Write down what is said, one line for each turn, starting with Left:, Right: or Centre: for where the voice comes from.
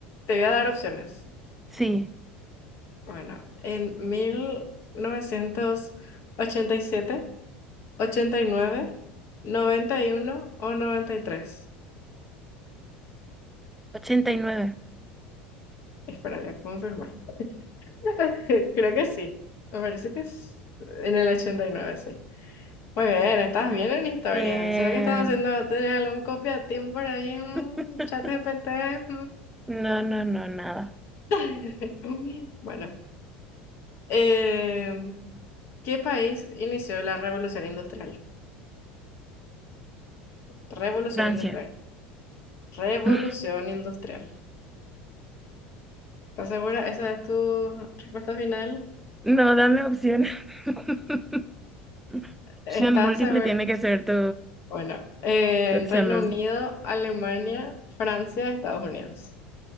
Left: Te voy a dar opciones.
Centre: Sí,
Left: Bueno, en mil novecientos ochenta ochenta y y siete, ochenta y nueve, noventa y uno o 93.
Centre: ochenta y nueve
Left: Espera, voy a confirmar. <laughs> Creo que sí. Me parece que es en el 89, sí. Muy bien, estás
Centre: Bien.
Left: bien en historia.
Centre: Bien.
Left: ¿Será que estás haciendo, tienes algún copia-team por ahí en
Centre: <laughs>
Left: chat GPT?
Centre: No, no, no, nada.
Left: <laughs> Bueno, eh, ¿qué país inició la revolución industrial? Revolución
Centre: Francia.
Left: industrial. Revolución
Centre: <laughs>
Left: industrial. ¿Estás segura? ¿Esa es tu respuesta final?
Centre: No, dame opciones. <laughs> Opción
Left: ¿Estás
Centre: múltiple
Left: segura?
Centre: tiene que ser tu,
Left: Bueno, eh,
Centre: Tu
Left: en
Centre: examen.
Left: Reino Unido, Alemania, Francia, Estados Unidos.